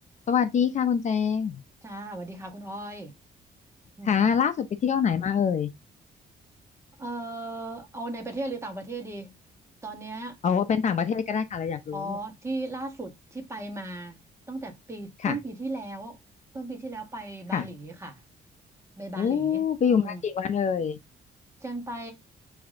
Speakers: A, on the left; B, on the right.
A: สวัสดีค่ะคุณแจง
B: จ้าสวัสดีค่ะคุณอ้อยอืม
A: ค่ะล่าสุดไปเที่ยวไหนมาเอ่ย
B: เอ่อเอาในประเทศหรือต่างประเทศดีตอนเนี้ย
A: เอาเป็นต่างประเทศก็ได้ค่ะเราอยากรู้
B: อ๋อที่ล่าสุดที่ไปมาตั้งแต่ปีต้นปีที่แล้ว
A: ค่ะ
B: ต้นปีที่แล้วไปบาหลีค่ะ
A: ค่ะ
B: ไปบาหลีอืม
A: อู้ไปอยู่มากี่วันเอ่ย
B: แจังไป